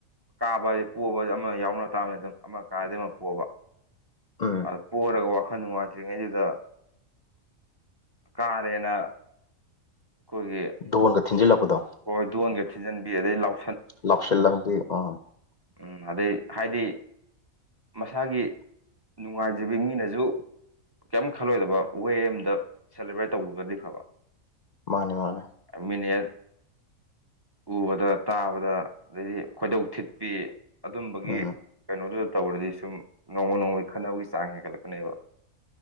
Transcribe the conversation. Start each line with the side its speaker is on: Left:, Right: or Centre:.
Right: ꯀꯥꯕ ꯍꯥꯏꯕ ꯄꯣꯕ ꯑꯃ ꯌꯥꯎꯅ ꯇꯥꯕꯅꯤ ꯑꯗꯨꯝ ꯑꯃ ꯀꯥꯔꯗꯤ ꯑꯃ ꯄꯣꯕ
Left: ꯎꯝ
Right: ꯑ ꯄꯣꯔꯒ ꯋꯥꯈꯜ ꯅꯨꯡꯉꯥꯏꯇ꯭ꯔꯤꯉꯩꯗꯨꯗ ꯀꯥꯔꯦꯅ ꯑꯩꯈꯣꯏꯒꯤ
Left: ꯙꯣꯟꯒ ꯊꯤꯟꯖꯤꯜꯂꯛꯄꯗꯣ
Right: ꯍꯣꯏ ꯗꯣꯟꯒ ꯊꯤꯟꯖꯤꯟꯕꯤ ꯑꯗꯩ ꯂꯥꯎ
Left: ꯂꯥꯎꯁꯜꯂꯝꯕꯤ ꯎꯝ
Right: ꯎꯝ ꯑꯗꯩ ꯍꯥꯏꯗꯤ ꯃꯁꯥꯒꯤ ꯅꯨꯡꯉꯥꯏꯖꯕꯤ ꯃꯤꯅꯁꯨ ꯀꯦꯝ ꯈꯜꯂꯣꯏꯗꯕ ꯋꯦ ꯑꯝꯗ ꯁꯦꯂꯦꯕ꯭ꯔꯦꯠ ꯇꯧꯒ꯭ꯔꯒꯗꯤ ꯐꯕ
Left: ꯃꯥꯅꯦ ꯃꯥꯅꯦ
Right: ꯃꯤꯅꯤꯠ ꯎꯕꯗ ꯇꯥꯕꯗ ꯑꯗꯩꯗꯤ ꯈꯣꯏꯗꯧ ꯊꯤꯠꯄꯤ ꯑꯗꯨꯝꯕꯒꯤ
Left: ꯎꯝ
Right: ꯀꯩꯅꯣꯗꯨꯗ ꯇꯧꯔꯗꯤ ꯁꯨꯝ ꯅꯣꯡꯃ ꯅꯣꯡꯃꯒꯤ ꯈꯠꯅꯕꯒꯤ ꯆꯥꯡ ꯍꯦꯟꯒꯠꯂꯛꯀꯅꯦꯕ